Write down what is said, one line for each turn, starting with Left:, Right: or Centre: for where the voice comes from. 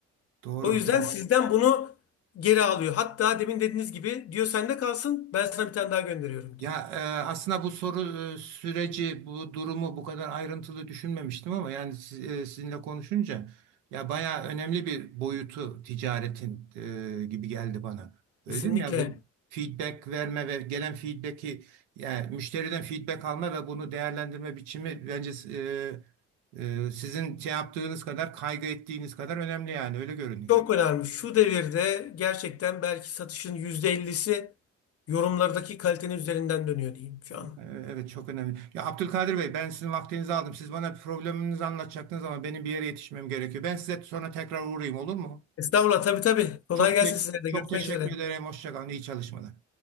Right: Doğru.
Left: O yüzden
Right: Yani
Left: sizden bunu geri alıyor. Hatta demin dediğiniz gibi diyor sende kalsın ben sana bir tane daha gönderiyorum
Right: Ya
Left: diyor.
Right: e, aslında bu soru e, süreci, bu durumu bu kadar ayrıntılı düşünmemiştim ama yani siz- e, sizinle konuşunca ya bayağı önemli bir boyutu ticaretin e, gibi geldi bana. Öyle
Left: Kesinlikle
Right: değil mi? Ya bu feedback verme ve gelen feedback'i yani müşteriden feedback alma ve bunu değerlendirme biçimi bence e, e, sizin şey yaptığınız kadar kaygı ettiğiniz kadar önemli yani öyle görünüyor.
Left: Çok önemli. Şu devirde gerçekten belki satışın yüzde elli'si yorumlardaki kalitenin üzerinden dönüyor diyeyim şu
Right: Ee,
Left: an.
Right: Evet çok önemli. Ya Abdülkadir Bey ben sizin vaktinizi aldım. Siz bana probleminizi anlatacaktınız ama benim bir yere yetişmem gerekiyor. Ben size sonra tekrar uğrayayım olur mu?
Left: Estağfurullah tabii tabii. Kolay
Right: Çok
Left: gelsin
Right: te-
Left: size de.
Right: çok
Left: Görüşmek
Right: teşekkür
Left: üzere.
Right: ederim. Hoşça kalın. İyi çalışmalar.